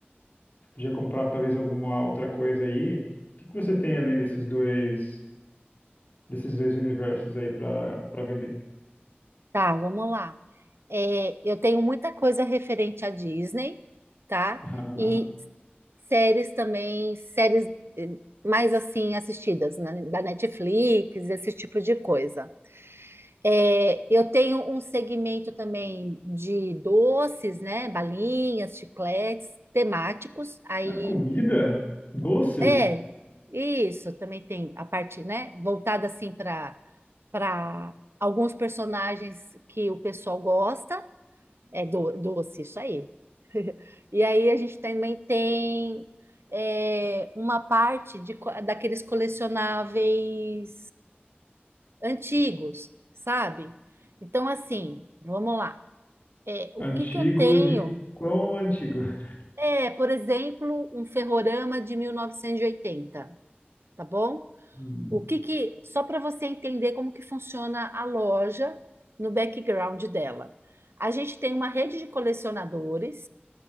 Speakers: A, on the left (about 45°); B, on the right (about 80°).
A: podia comprar talvez alguma outra coisa aí. O que que você tem além desses dois, desses dois universos aí para para vender?
B: tá, vamos lá. É, eu tenho muita coisa referente à Disney, tá?
A: <laughs>
B: E séries também, séries eh, mais assim assistidas, né? Da Netflix, esse tipo de coisa. É, eu tenho um segmento também de doces, né? Balinhas, chicletes, temáticos. Aí,
A: Ah, é comida? Doce?
B: é, isso, também tem a parte, né? Voltada assim para para alguns personagens que o pessoal gosta. É do- doce, isso aí. <laughs> E aí a gente também tem é, uma parte de, co- daqueles colecionáveis antigos, sabe? Então, assim, vamos lá. É, o
A: Antigo
B: que que eu tenho?
A: de quão antigo? <laughs>
B: É, por exemplo, um ferrorama de 1980, tá bom?
A: Hum.
B: O que que, só para você entender como que funciona a loja no background dela. A gente tem uma rede de colecionadores,